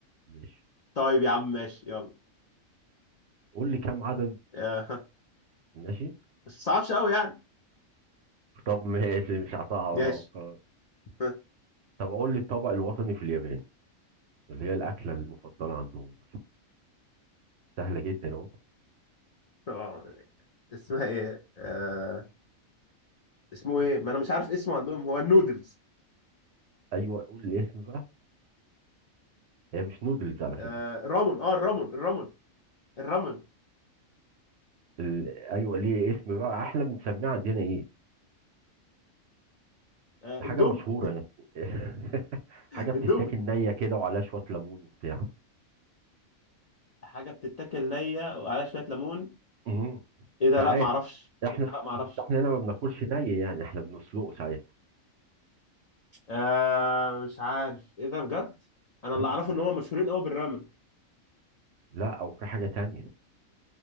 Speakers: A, on the right; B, on the left.
A: ماشي
B: طيب يا عم ماشي يلا
A: قول لي كم عدد
B: <laughs>
A: ماشي
B: بس صعبش قوي يعني
A: طب ماشي مش هصعب اهو
B: ماشي
A: خلاص.
B: <laughs>
A: طب اقول لي الطبق الوطني في اليابان اللي هي الاكله المفضله عندهم مثلا سهله جدا اهو
B: آه، اسمها ايه آه اسمه ايه ما انا مش عارف اسمه عندهم هو النودلز
A: ايوه قول الاسم بقى هي مش نودلز على فكره
B: آه الرامون اه الرامون الرامون الرامون
A: ال... ايوه ليه اسم بقى احنا بنسميه عندنا ايه
B: آه
A: حاجه
B: اندومي
A: مشهوره يعني <laughs>
B: <laughs>
A: حاجه بتتاكل
B: اندومي
A: نيه كده وعليها شويه ليمون وبتاع
B: حاجه بتتاكل نيه وعليها شويه ليمون
A: امم
B: ايه ده
A: ساعات
B: لا ما اعرفش
A: احنا
B: ايه ده لا ما اعرفش
A: بس احنا هنا ما بناكلش ني يعني احنا بنسلقه ساعات
B: آه مش عارف ايه ده بجد انا اللي
A: ايوه
B: اعرفه
A: بجد
B: ان هم مشهورين قوي بالرامن
A: لا او في حاجه تانية